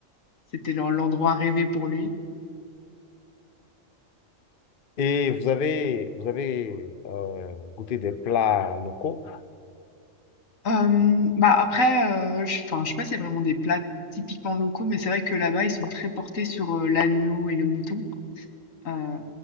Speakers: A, on the left; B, on the left.
A: C'était l'en- l'endroit rêvé pour lui.
B: Et vous avez, vous avez euh, goûté des plats locaux?
A: Euh, bah après, euh, je, enfin, je sais pas s'il y a vraiment des plats typiquement locaux, mais c'est vrai que là-bas, ils sont très portés sur euh, l'agneau et le mouton. Euh,